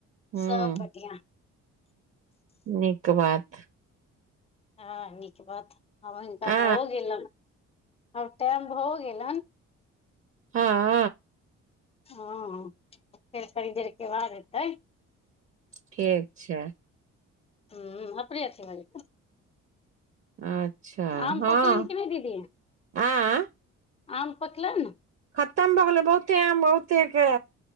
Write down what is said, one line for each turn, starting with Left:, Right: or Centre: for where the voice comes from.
Right: हूँ
Left: सब बढ़िआ।
Right: नीक बात।
Left: हँ नीक बात आब हुनका
Right: आ
Left: भऽ गेलन आब टाइम भऽ गेलन।
Right: हँ
Left: हँ फेर कनि देर के बद हेतै।
Right: ठीक छैय।
Left: हूं अपने अथीमें जेतय,
Right: अच्छा
Left: आम
Right: हँ
Left: पछलनि कि नै दीदी?
Right: आँ
Left: आम पकलनि
Right: खतम भऽ गेलै बहुते आम बहुते के